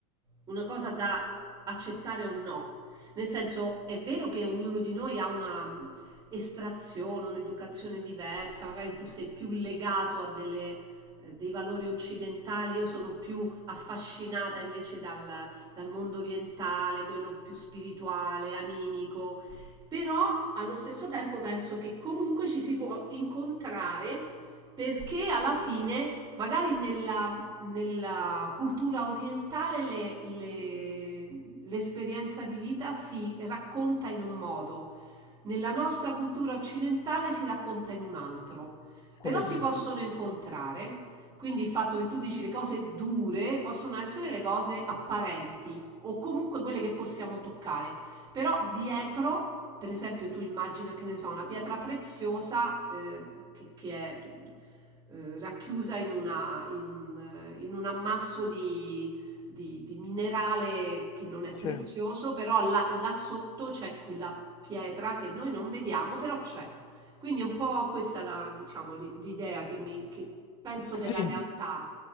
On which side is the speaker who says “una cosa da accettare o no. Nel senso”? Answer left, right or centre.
Right